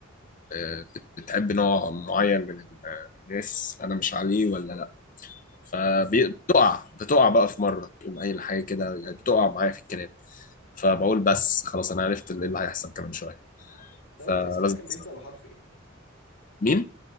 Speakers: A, on the left; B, on the left.
A: آه، بت- بتحب نوع معين من ال- الناس انا مش عليه ولا لا فبتقع
B: اه
A: بتقع بقى في مره تقوم قايل حاجه كده يعني بتقع معايا في الكلام فبقول
B: اه
A: بس خلاص انا عرفت اللي اللي هيحصل كمان شويه
B: انت
A: فلازم
B: قلت اسمها كان بيبدا
A: أسمع.
B: بحرف ايه
A: مين